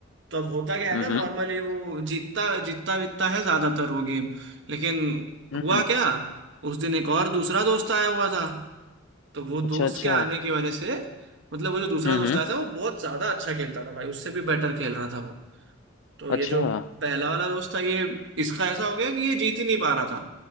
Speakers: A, on the right (about 60°); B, on the left (about 70°).
A: तो अब होता क्या है
B: हम्म
A: ना
B: हम्म
A: नॉर्मली वो जीतता जीतता बीतता है ज्यादातर वो गेम लेकिन
B: हम्म
A: हुआ
B: हम्म,
A: क्या उस दिन एक और दूसरा दोस्त आया हुआ था तो वो
B: अच्छा
A: दोस्त
B: अच्छा
A: के आने की वजह से मतलब वो जो दूसरा
B: हम्म
A: दोस्त
B: हम्म
A: आया था वो बहुत ज्यादा अच्छा खेलता था भाई उससे भी बेटर खेल रहा था वो तो
B: अच्छा
A: ये जो
B: हम्म
A: पहला वाला दोस्त था ये इसका ऐसा हो गया कि ये जीत ही नहीं पा रहा था